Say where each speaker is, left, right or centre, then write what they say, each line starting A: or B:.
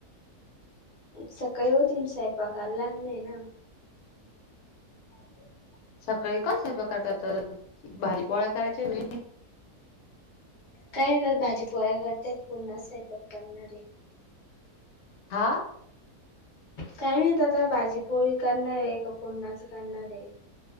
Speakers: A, on the left; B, on the left.
A: सकाळीं ऊंठून स्व स्वयंपाकाले लागणं हे नां हे <unintelligible>
B: सकाळीं कोणं सर्व प्रकारात तरं भांजी पोळ्या करायच्यां ना
A: कायं करं भांजी पोळ्या करते पुरन्हां स्वयंपाक करणारं आहे
B: हां
A: कायं नाहीतं आतां भांजीपोळी करणारं आहे कां पुरणाचं करणारं आहे